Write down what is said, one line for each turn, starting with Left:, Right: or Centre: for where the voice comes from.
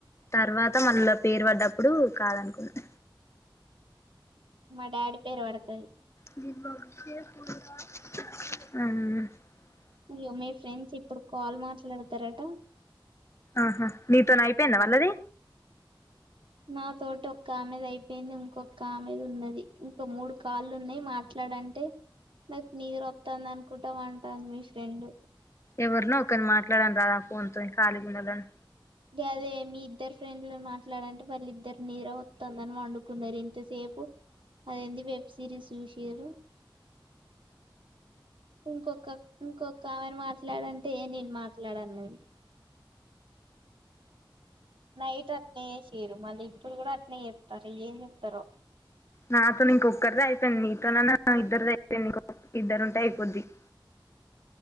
Left: తర్వాత మళ్ళా పేరు పడ్డప్పుడు కాదనుకున్నాం
Right: మా డాడీ పేరు పడతది
Left: మ్
Right: అయ్యో మీ ఫ్రెండ్స్ ఇప్పుడు కాల్ మాట్లాడతరట
Left: ఆహా నీతోనే అయిపోయింద వాళ్ళది
Right: నా తోటి ఒక్క ఆమెది అయిపోయింది ఇంకొక ఆమెది ఉన్నది ఇంకో మూడు కాళ్ళు ఉన్నాయి మాట్లాడ అంటే నాకు నీదరోతంది అనుకుంటా పంటాంది మీ ఫ్రెండ్
Left: ఎవరనో ఒకరిని మాట్లాడను రాదా ఫోన్ తో ఖాళీ గునాలని
Right: అదే మీ ఇద్దరు ఫ్రెండ్లు మాట్లాడంటే వాళ్ళ ఇద్దరు నీద రోతదని పండు న్నారు ఇంతసేపు అదేంది వెబ్ సిరీస్ చూసిరు ఇంకొక ఇంకొక ఆమెన మాట్లాడంటే ఎ నేను మాట్లాడ మాట్లాడన్నాది నైట్ అట్నేయ్య చేసిరు మళ్ళీ ఇప్పుడు కూడా అట్నే చెస్తరు ఏం చెప్తారో
Left: నాతోను ఇంకొక్కరిది అయిపోయింది నీతోన ఇద్దరిది అయిపోంది ఇంకొ ఇద్దరు ఉంటే అయిపోద్ది <inaudible>